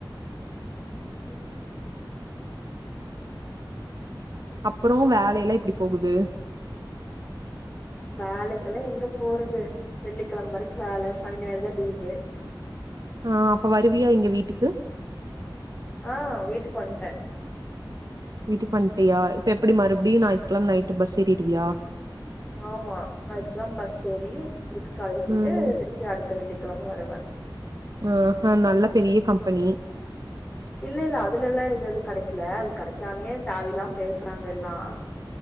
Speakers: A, on the left (about 15°); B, on the right (about 50°).
A: ம்
B: அப்புறொ வேலைலா எப்டி போகுது
A: வேலைக்கெல்லா எங்க போறது வெள்ளிக்கெழம் வரைக் வேல சனி ஞாயிறு தா லீவு
B: ஆ அப்ப வருவியா இங்க வீட்டுக்கு
A: ஆ வீட்டுக்கு வன்ட்டே
B: வீட்டுக்கு வன்ட்டியா இப்ப எப்புடி மறுபடியு ஞாயித்துக்கெழம நைட்டு பஸ் ஏறிருவியா
A: ஆமா ஞாயித்துக்கெழம் பஸ் ஏறி வீட்டுக் காலைல போய்ட்டு
B: ம்
A: திரிப்பி அடுத்த வெள்ளிக்கெழம வருவே
B: ஆ ஹ நல்ல பெரிய கம்பெனி
A: இல்லெல்ல அதுலெல்லா இது எது கடைக்கல அது கடைக்காமயே தாவில்லாம் பேசுறாங்க எல்லா